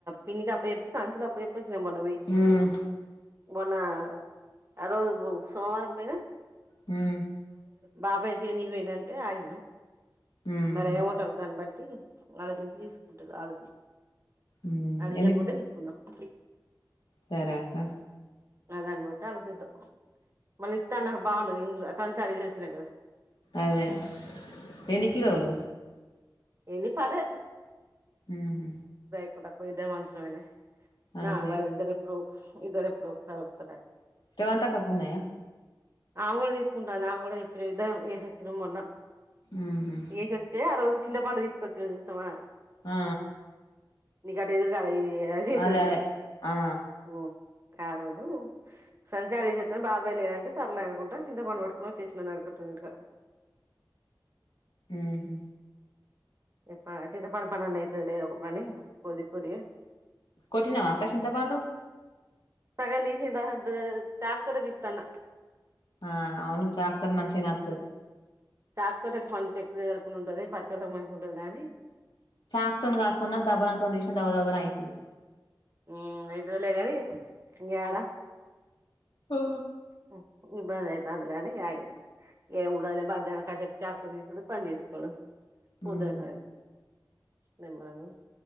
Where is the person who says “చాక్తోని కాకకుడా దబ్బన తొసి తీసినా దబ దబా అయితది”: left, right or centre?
Left